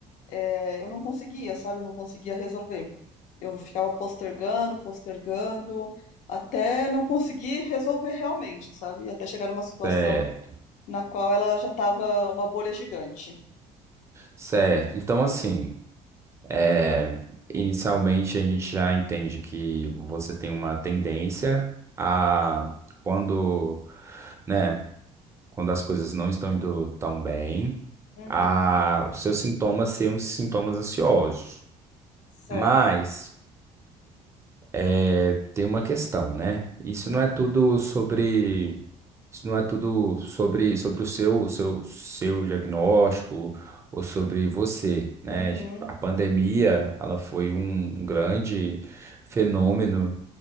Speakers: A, on the left (about 70°); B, on the right (about 20°).
A: é, eu não conseguia, sabe? Eu não conseguia resolver. Eu ficava postergando, postergando, até não conseguir resolver realmente, sabe? Até chegar numa situação
B: Certo.
A: na qual ela já estava uma bolha gigante.
B: Certo. Então, assim. É, inicialmente, a gente já entende que você tem uma tendência a,
A: Uhum.
B: quando, né, quando as coisas não estão indo tão bem,
A: Uhum.
B: a, os seus sintomas serem uns sintomas ansiosos.
A: Certo.
B: Mas é, tem uma questão, né? Isso
A: Hum.
B: não é tudo sobre. Isso não é tudo sobre, sobre o seu, o seu, seu diagnóstico ou sobre você, né?
A: Uhum.
B: A pandemia, ela foi um, um grande fenômeno,